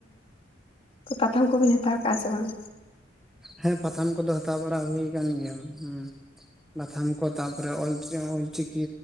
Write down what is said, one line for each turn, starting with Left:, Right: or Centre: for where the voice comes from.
Left: ᱦᱩ ᱯᱟᱛᱷᱟᱢ ᱠᱚᱵᱤᱱ ᱦᱟᱛᱟᱣ ᱠᱟᱜ-ᱟ ᱥᱮ ᱵᱟᱝ?
Centre: ᱦᱮᱸ ᱯᱟᱛᱷᱟᱢ ᱠᱚᱫᱚ ᱦᱟᱛᱟᱣ ᱵᱟᱲᱟ ᱦᱩᱭ ᱠᱟᱱ ᱜᱮᱭᱟ ᱦᱮᱸ ᱯᱟᱛᱷᱟᱢ ᱠᱚ ᱛᱟᱯ ᱮ ᱚᱞ ᱚᱞᱪᱤᱠᱤ